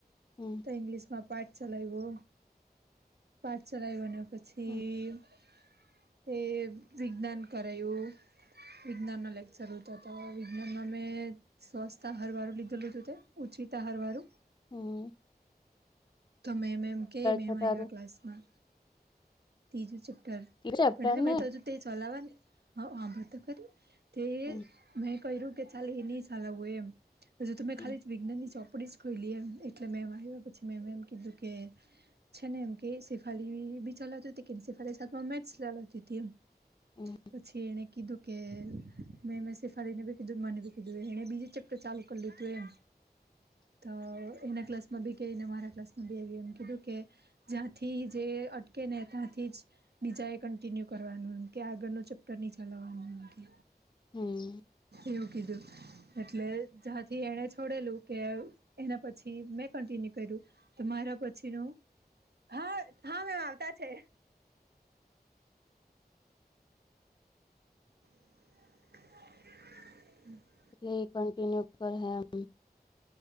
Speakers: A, on the left; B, on the right.
A: હમ
B: તો ઇંગ્લિશમાં પાઠ ચલાવો પાઠ ચલાવો પછી.
A: હમ
B: તે વિજ્ઞાન કરાયુ વિજ્ઞાનના લેક્ચર તો તો વિજ્ઞાનમાં મે સવસ્તા હરવાળું લીધું લીઘું તે ઉછચીતા હરવાળું.
A: હા.
B: તોમે એમ એમ કે બેમ
A: છે તારું
B: આવ ક્લાસમાં. ત્રીજું ચેપ્ટર
A: ત્રીજું ચેપ્ટર
B: પણ
A: ને
B: મેં તો હજુ તે ચલાવવા નેસંભાળ તો ખરી. તે
A: હમ
B: મેં ક્યું કે ચાલ એ નહી ચલાવવું એમ પછી તમે
A: હમ
B: ખાલી વિજ્ઞાન ની ચોપડી જ ખોઈલી એમ એટલે મે એમ આવ્યા પછી મેમ એમ કીધું કે છે ને એમ કે શેફાલી ભી એબી ચાલવતી કે શેફાલી સાથે મે ચાલાવતી એમ.
A: હમ
B: પછી એને કીધું કે મેં મેં શેફાલી ને બી કીધું મને બી કીધું એણે બીજું ચેપ્ટર ચાલુ કરી લીધું એમ.
A: <inaudible>
B: તો એના ક્લાસમાં બી કેને મારા ક્લાસમાં બી એવી એમ કીધું કે જ્યાંથી જે અટકે ને ત્યાંથી જ બીજા એ કન્ટિન્યુ કરવાનું એમ કે આગળ ન ચેપ્ટર નહી ચલાવવાનું એમ કે
A: હમ.
B: એવું કીધું. એટલે જ્યાંથી એને છોડેલું કે એના પછી મેં કન્ટિન્યુ કર્યું. તમારા પછીનું હા હા મેમ આવતા છે. હમ.
A: એ કંન્ટિન્યુ એમ.